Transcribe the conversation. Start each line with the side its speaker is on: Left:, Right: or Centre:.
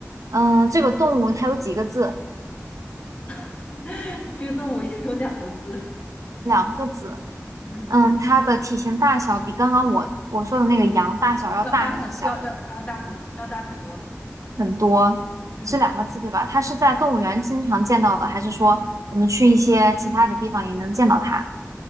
Right: 嗯，这个动物它有几个字？
Left: <laughs> 这个动物有两个字。
Right: 两个字。
Left: 嗯。
Right: 嗯，它的体型大小比刚刚我我说的那个羊大小要大还是小？
Left: 要大很要要要大很要大挺多的，
Right: 很多，
Left: 嗯，
Right: 是两个字对吧？它是在动物园经常见到的，还是说我们去一些其他的地方也能见到它？